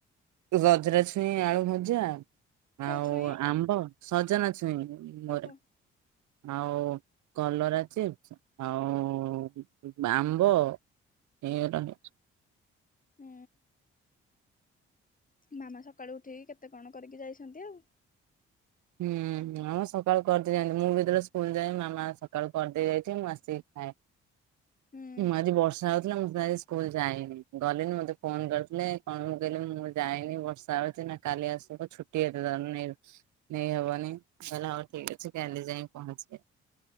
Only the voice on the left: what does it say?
କୋଉ
ଛୁଇଁ
ଓହୋ
ହୁଁ। ମାମା ସକାଳୁ ଉଠିକି କେତେ କଣ କରିକି ଯାଇଛନ୍ତି ଆଉ।
ହୁଁ।